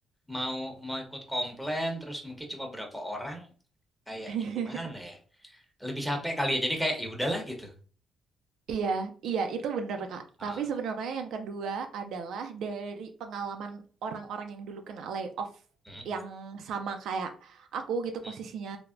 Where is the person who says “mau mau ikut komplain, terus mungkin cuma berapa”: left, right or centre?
Centre